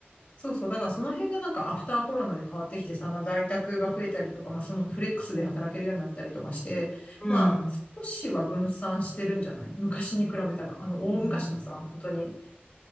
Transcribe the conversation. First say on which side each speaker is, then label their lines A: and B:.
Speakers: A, on the left; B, on the left.
A: そうそう。だからその辺がなんかアフターコロナで変わってきてさ、まあ在宅が増えたりとか、まあそのフレックスで働けるようになったりとかして、
B: うん。
A: まあ少しは分散してるんじゃない昔に比べたら、あの大昔のさ、
B: うん。
A: 本当に、